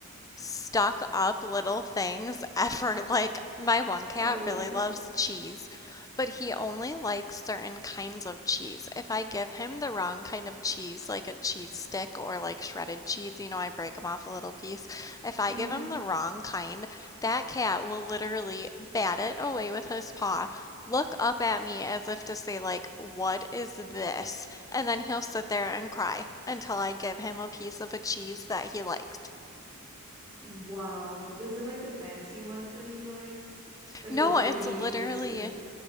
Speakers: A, on the left (about 15°); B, on the right (about 20°).
A: stuck up little things <laughs> ever. Like, my one cat
B: Away.
A: really loves cheese, but he only likes certain kinds of cheese. If I give him the wrong kind of cheese, like a cheese stick or like shredded cheese, you know, I break him off a little piece. If I
B: Uh-huh.
A: give him the wrong kind, that cat will literally bat it away with his paw. Look up at me as if to say, like, what is this? And then he'll sit there and cry until I give him a piece of a cheese that he likes.
B: Wow. Is it like the fancy ones that he likes? Like
A: No,
B: the breeze
A: it's literally
B: and